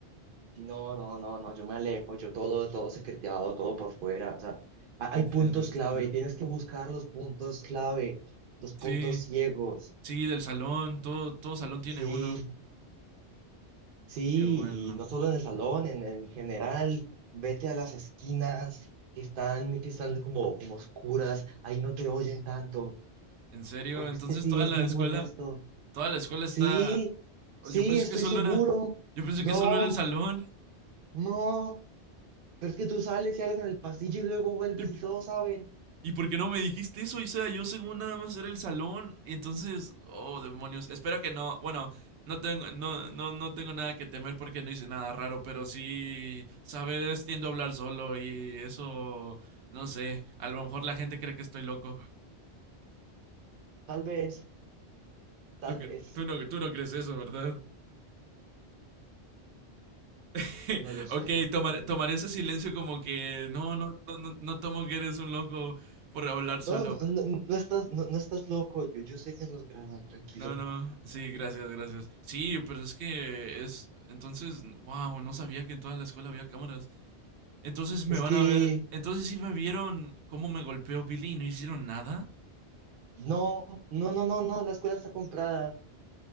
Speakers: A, on the right; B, on the right.
A: Y no, no, no, no, yo me alejo, yo todo, todo secreteado, todo por fuera. O sea, ha-
B: Entiendo,
A: hay puntos
B: entiendo.
A: clave, tienes que buscar los puntos clave, los puntos
B: Sí,
A: ciegos.
B: sí, del salón, todo, todo salón tiene
A: Sí,
B: uno.
A: sí,
B: Qué bueno.
A: y no solo en el salón, en, en general, vete a las esquinas que están, que están como, como oscuras, ahí no te oyen tanto,
B: En serio,
A: porque
B: entonces
A: es que sí,
B: toda
A: es
B: la
A: bien
B: escuela,
A: molesto.
B: toda la escuela
A: Sí,
B: está.
A: sí,
B: Yo pensé
A: estoy
B: que solo
A: seguro.
B: era, yo pensé
A: No.
B: que solo era el salón.
A: No, Pero es que tú sales y hablas en el pasillo y luego vuelves
B: ¿Y,
A: y todos saben.
B: y por qué no me dijiste eso? O sea, yo según nada más era el salón. Y entonces, oh, demonios. Espero que no. Bueno, no tengo, no, no, no tengo nada que temer porque no hice nada raro, pero sí, sabes, tiendo a hablar solo y eso, no sé. A lo mejor la gente cree que estoy loco.
A: Tal vez, tal
B: Tú, que-
A: vez,
B: tú no, tú no crees eso, ¿verdad? <laughs>
A: no lo sé.
B: Ok, tomar, tomaré ese silencio como que no, no, no, no no tomo que eres un loco por hablar solo.
A: No, no, no, no estás, no, no estás loco. Yo, yo sé que nos graban, tranquilo.
B: No, no, sí, gracias, gracias. Sí, pero es que es, entonces, wow, no sabía que en toda la escuela había cámaras. Entonces
A: Es
B: me van
A: que
B: a ver, entonces sí me vieron cómo me golpeó Billy y no hicieron nada.
A: no, no, no, no, no, la escuela está comprada.